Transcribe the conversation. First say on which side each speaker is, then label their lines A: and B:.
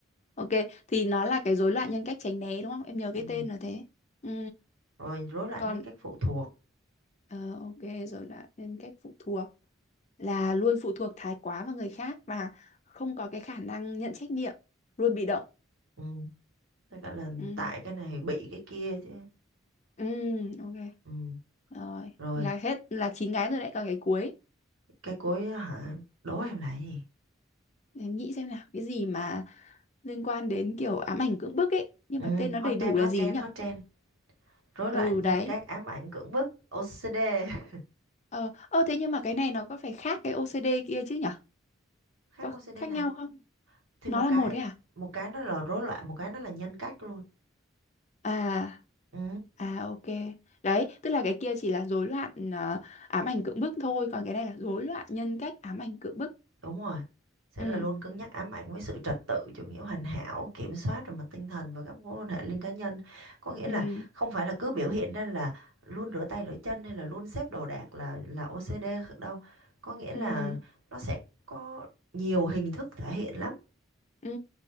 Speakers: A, on the left; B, on the right.
A: ok. Thì nó là cái rối loạn nhân cách tránh né đúng không? Em nhớ cái
B: ừ.
A: tên là thế. Ừ,
B: rồi rối loạn
A: còn,
B: nhân cách phụ thuộc
A: ờ, ok, rối loạn nhân cách phụ thuộc là luôn phụ thuộc thái quá vào người khác và không có cái khả năng nhận trách nhiệm, luôn bị động.
B: ừ. tức là
A: Ừ,
B: tại cái này bị cái kia chứ
A: ừ, ok.
B: ừ.
A: Rồi,
B: rồi
A: là hết, là chín cái rồi đấy, còn cái cuối.
B: cái cuối á hả đố em là cái gì
A: Để Em nghĩ xem là cái gì mà liên quan đến kiểu ám ảnh cưỡng bức ấy, nhưng
B: Ừ,
A: mà tên nó
B: hot
A: đầy đủ
B: trend,
A: là
B: hot
A: gì
B: trend,
A: nhỉ?
B: hot trend. Rối loạn
A: Ừ
B: nhân
A: đấy.
B: cách ám ảnh cưỡng bức, OCD. <laughs>
A: Ờ, ờ thế nhưng mà cái này nó có phải khác cái OCD kia chứ nhỉ?
B: Khác
A: Có
B: OCD
A: khác
B: nào?
A: nhau không?
B: Thì
A: Nó
B: một
A: là
B: cái
A: một đấy à?
B: một cái nó là rối loạn, một cái nó là nhân cách luôn.
A: À,
B: Ừ,
A: à ok. Đấy, tức là cái kia chỉ là rối loạn ờ, ám ảnh cưỡng bức thôi, còn cái này là rối loạn nhân cách ám ảnh cưỡng bức.
B: đúng rồi. Sẽ
A: Ừ,
B: là luôn cứng nhắc ám ảnh với sự trật tự, chủ nghĩa hoàn hảo, kiểm soát về mặt tinh thần và các mối quan hệ liên cá nhân. Có nghĩa
A: ừ,
B: là không phải là cứ biểu hiện ra là luôn rửa tay rửa chân hay là luôn xếp đồ đạc là là OCD đâu. Có nghĩa là
A: ừ,
B: nó sẽ có nhiều hình thức thể hiện lắm.
A: ừ.